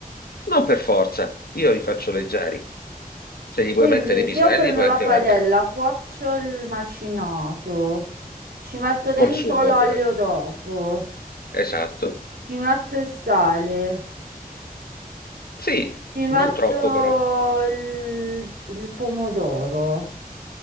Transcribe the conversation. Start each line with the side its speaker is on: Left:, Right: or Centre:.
Left: non per forza, io li faccio leggeri. Se gli vuoi
Right: Quindi
Left: mettere i piselli,
Right: io prendo
Left: puoi
Right: la
Left: anche
Right: padella,
Left: mettere
Right: cuocio il macinato, ci metto dentro
Left: col sugo,
Right: l'olio
Left: ovviamente.
Right: dopo,
Left: Esatto.
Right: ci metto il sale,
Left: Sì,
Right: ci metto
Left: non troppo però.
Right: il il pomodoro.